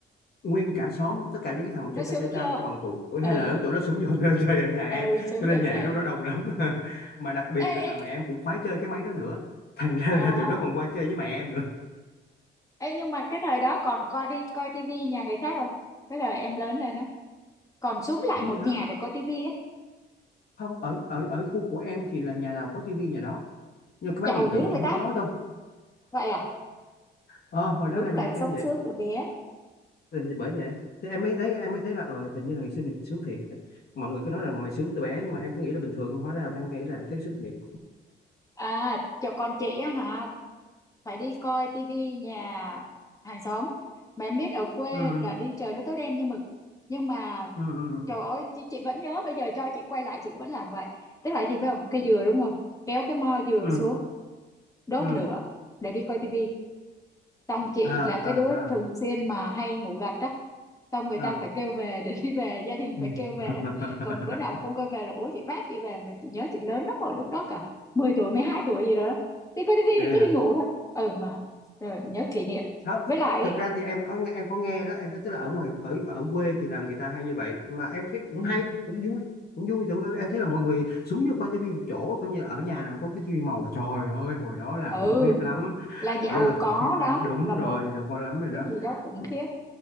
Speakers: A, on the left (about 50°); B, on the left (about 15°).
A: nguyên cả xóm tất cả những cái thằng
B: nó
A: trai
B: súng
A: trai trai trai
B: vô
A: bằng tuổi
B: Ờ
A: hay là lớn tuổi nó xúm vô <laughs> chơi ở nhà
B: ừ
A: em
B: sướng
A: cho nên
B: giờ
A: nhà
B: trời
A: em lúc đó đông lắm <laughs> mà đặc biệt
B: ê
A: rằng là
B: ê
A: mẹ em cũng khoái chơi cái máy đó nữa thành ra
B: à
A: là tụi nó còn qua chơi với mẹ em nữa
B: ê nhưng mà cái thời đó còn coi đi coi tivi nhà người khác không cái thời em lớn lên á còn xúm lại
A: dạ
B: một nhà để coi tivi á
A: không ở ở ở khu của em thì là nhà nào có tivi nhà đó nhưng cái
B: giàu
A: máy điện
B: dữ
A: tử thì
B: vậy
A: không
B: ta
A: có thôi
B: vậy à
A: ờ hồi đó
B: đúng
A: là nhà
B: là
A: em
B: sống
A: vậy
B: sướng từ bé
A: Thì bởi vậy thì em mới thấy em mới thấy là ờ, hình như là ngày xưa mình sướng thiệt mọi người cứ nói rằng ngày sướng từ bé nhưng mà em cứ nghĩ là bình thường nhưng hóa ra là em nghĩ là em thấy sướng thiệt
B: à cho con chị á hả phải đi coi tivi nhà hàng xóm mà em biết ở quê
A: ừ
B: là đi trời nó tối đen như mực nhưng mà
A: ừ ừ
B: trời ơi chị, chị vẫn nhớ bây giờ cho chị quay lại chị cũng vẫn làm vậy tức là cái gì phải không cây dừa đúng không kéo cái mo dừa
A: ừ
B: xuống đốt
A: ừ
B: lửa để đi coi tivi xong chị
A: à
B: là cái
A: à
B: đứa
A: à
B: thường xuyên mà hay ngủ gật á xong người
A: à
B: ta phải kêu về để đi về <laughs> gia đình
A: ừ.
B: phải kêu về
A: <laughs>
B: còn bữa nào mà không kêu về là bố chị vác chị về mà chị nhớ chị lớn lắm rồi lúc đó cả mười tuổi 12 tuổi gì đó đi coi tivi
A: Thế
B: thì cứ
A: hả?
B: đi ngủ thôi ừ mà ừ, nhớ kỷ niệm
A: không th-
B: với lại ấy,
A: thực ra thì em có nghe- em có nghe đó em có tức là ở ngoài ở ở quê thì là người ta hay như vậy mà em thấy cũng
B: ừ,
A: hay cũng vui cũng vui tại vì em thấy là mọi người xuống cho coi tivi một chỗ coi như ở nhà nào có cái tivi màu trời ơi hồi đó là
B: ừ
A: khủng khiếp lắm
B: là giàu
A: hồi đó là khủng
B: có
A: khiếp lắm
B: lắm
A: đúng
B: là một
A: rồi giờ coi lắm rồi
B: cái
A: đó
B: gì đó khủng
A: Ừ,
B: khiếp